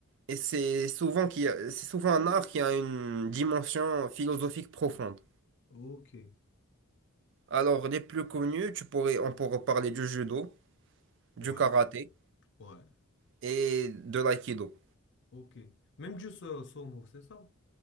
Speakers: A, on the right; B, on the left.
A: et c'est souvent, qui, c'est souvent un art qui a une dimension philosophique profonde.
B: Ok.
A: Alors, les plus connus, tu pourrais, on pourrait parler du judo, du
B: Ouais,
A: karaté
B: ouais.
A: et de l'aïkido.
B: Ok. Même du so- sumo, c'est ça?